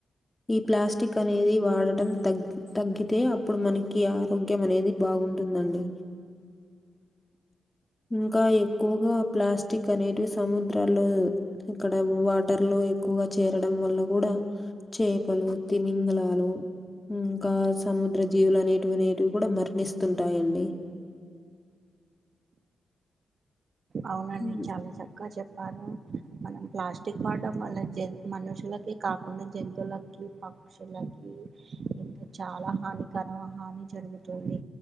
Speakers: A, on the left; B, on the right.
A: ఈ ప్లాస్టిక్ అనేది వాడటం తగ్ తగ్గితే అప్పుడు మనకి ఆరోగ్యం అనేది బా బాగుంటుందండి. ఇంకా ఎక్కుగా ప్లాస్టిక్ అనేటివి సముద్రాల్లో ఇక్కడ వాటర్లో ఎక్కువగా చేరడం వల్ల గూడా చేపలు, తిమింగలాలు, ఇంకా సముద్ర జీవులు అనేటివ్ అనేటివ్ గుడా మరణిస్తుంటాయండి.
B: అవునండి
A: హ్మ్.
B: చాలా చక్కగ చెప్పారు. మనం ప్లాస్టిక్ వాడ్డం జన్ మనుషులకి కాకుండా జంతువులకి, పక్షులకి ఇంకా చాలా హానికరం హాని జరుగుతుంది.